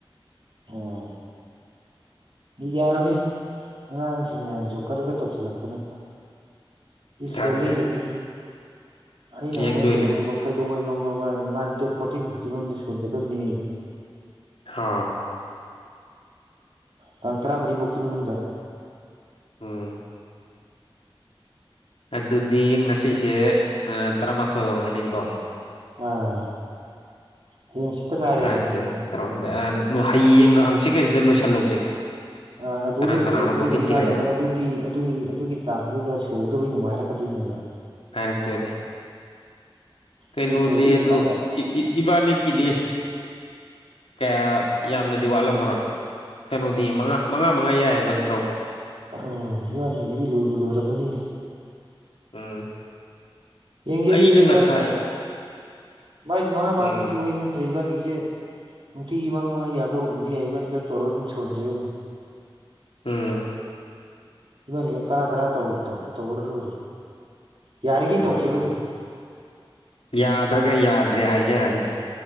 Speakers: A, on the right; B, on the left.
A: ꯑꯣ ꯌꯥꯔꯨꯍꯦ ꯑꯉꯥꯡꯁꯤꯡꯅ ꯖꯣꯀꯔꯒ ꯇꯧꯁꯤꯜꯂꯛꯇꯅ ꯏ ꯁꯣꯂꯦ
B: ꯈꯪꯗꯦ
A: ꯌꯦꯡꯅꯤ ꯑꯩꯅ
B: ꯌꯦꯡꯗꯣꯏꯅꯦ
A: ꯍꯪꯉꯦ ꯀꯩꯗꯧꯉꯩꯕꯣ ꯀꯩꯗꯧꯉꯥꯏꯕꯧꯅꯣꯕ ꯃꯥꯅ ꯗꯦꯠ ꯐꯣꯔꯇꯤꯟ ꯐꯥꯎꯒꯤ ꯃꯅꯨꯡꯗ ꯁꯣꯟꯒꯗꯕꯅꯦ
B: ꯍ
A: ꯇꯥꯡ ꯇꯔꯥꯃꯔꯤꯐꯥꯎꯒꯤ ꯃꯅꯨꯡꯗ
B: ꯎꯝ ꯑꯗꯨꯗꯤ ꯉꯁꯤꯁꯦ ꯇꯔꯥꯃꯥꯊꯣꯏ ꯑꯣꯏꯔꯝꯒꯅꯤꯅꯤꯀꯣ
A: ꯑꯥ ꯍꯌꯦꯡ ꯁꯤꯠꯇ ꯉꯥꯏꯔꯦꯕ
B: ꯇꯔꯥꯅꯤꯊꯣꯏ ꯇꯔꯥꯍꯣꯨꯝꯗꯏ ꯍꯌꯦꯡꯒ ꯍꯪꯆꯤꯠ ꯒꯁꯤꯗ ꯂꯣꯏꯁꯤꯜꯍꯧꯁꯦ
A: ꯑ ꯑꯗꯨ
B: ꯀꯅꯥ
A: ꯏꯂ
B: ꯀꯅꯥꯅꯣ
A: ꯁꯤꯂꯎ ꯍꯧ ꯗ꯭ꯔꯗꯤ
B: ꯀꯣꯏꯊꯤ ꯊꯤꯔꯒ
A: ꯃꯅ ꯃ ꯑꯗꯨꯒꯤ ꯑꯗꯨꯒꯤ ꯑꯗꯨꯒꯤ ꯇꯥꯡꯗꯨꯗ ꯁꯨꯍꯧꯗꯕꯩꯅꯦꯃ ꯍꯥꯏꯔꯛꯀꯗꯣꯏꯅꯦꯕ
B: ꯍꯥꯏꯔꯛ ꯇꯣꯏꯅꯦ ꯀꯩꯅꯣ
A: ꯑꯗꯨ ꯁꯨꯍꯜꯂꯤꯉꯀꯥꯟꯗ
B: ꯗꯦꯗꯣ ꯏꯕꯥꯅꯤꯀꯤꯗꯤ ꯀꯌꯥ ꯌꯥꯝꯅꯗꯤ ꯋꯥꯠꯂꯝꯃꯔꯣꯏ ꯀꯩꯅꯣꯗꯤ ꯃꯉꯥ ꯃꯉꯥ ꯃꯉꯥ ꯌꯥꯏ ꯍꯥꯏꯕ ꯅꯠꯇ꯭ꯔꯣ
A: ꯑ ꯏꯕꯥꯅꯤꯁꯤꯗꯤ ꯂꯣꯏꯕꯨ ꯂꯣꯏꯔꯝꯃꯅꯤꯗ
B: ꯎꯝ
A: ꯌꯦꯡꯒꯦ ꯑꯗꯨꯗꯤ
B: ꯑꯩꯅ
A: ꯏꯕꯅꯤ
B: ꯉꯁꯥꯏ
A: ꯃꯥꯏ ꯃꯥꯉ
B: ꯎꯝ
A: ꯃꯥꯉ ꯀꯥꯛꯤ ꯏꯕꯥꯅꯤꯁꯦ ꯅꯨꯡꯇꯤꯒꯤ ꯃꯉꯥ ꯃꯉꯥ ꯌꯥꯕ ꯑꯣꯏꯔꯝꯕ ꯌꯥꯏ ꯏꯕꯥꯅꯤ ꯈꯛ ꯇꯧꯔꯒ ꯑꯗꯨꯝ ꯁꯣꯟꯖꯦꯑꯗꯨꯝ
B: ꯎꯝ
A: ꯏꯕꯅꯤ ꯇꯔꯥ ꯇꯔꯥ ꯇꯧꯔ ꯂꯣꯏꯔꯦ ꯌꯥꯔꯤꯈꯩ
B: ꯎꯝ
A: ꯇꯧꯁꯤꯕ ꯑꯗꯨꯝ
B: ꯌꯥꯗ꯭ꯔꯒ ꯌꯥꯗ꯭ꯔꯦ ꯍꯥꯏꯖꯔꯅꯤ